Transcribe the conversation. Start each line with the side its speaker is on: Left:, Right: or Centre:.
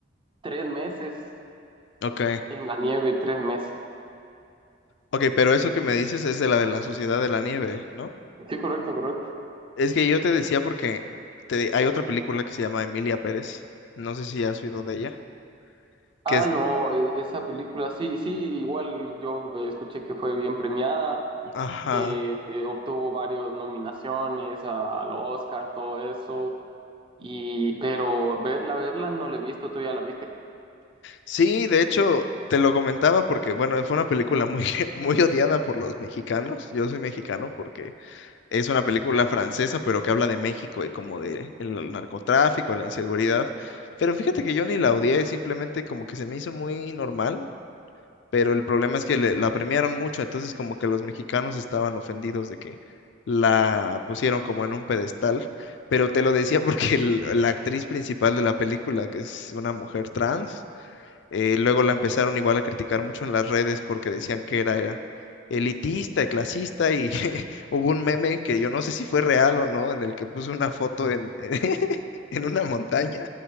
Right: Tres meses
Left: Ok,
Right: en la nieve, tres meses.
Left: ok, pero eso que me dices es de la de la Sociedad de la Nieve, ¿no?
Right: Sí, correcto, correcto.
Left: Es que yo te decía porque te- hay otra película que se llama Emilia Pérez, no sé si has oído de ella, que
Right: Ah,
Left: es,
Right: no, e- esa película, sí, sí, igual yo eh, escuché que fue bien premiada,
Left: ajá.
Right: que eh, obtuvo varias nominaciones a- al Oscar, todo eso, y pero verla, verla no la he visto, tú ya la viste.
Left: Sí, de hecho, te lo comentaba porque, bueno, fue una película muy, <laughs> muy odiada por los mexicanos. Yo soy mexicano porque es una película francesa, pero que habla de México y como de el narcotráfico, la inseguridad. Pero fíjate que yo ni la odié, simplemente como que se me hizo muy normal, pero el problema es que le- la premiaron mucho, entonces como que los mexicanos estaban ofendidos de que la pusieron como en un pedestal. Pero te lo decía <laughs> porque el- la actriz principal de la película, que es una mujer trans, eh, luego la empezaron igual a criticar mucho en las redes porque decían que era, era elitista, clasista y <laughs> hubo un meme que yo no sé si fue real o no, en el que puso una foto en, <laughs> en una montaña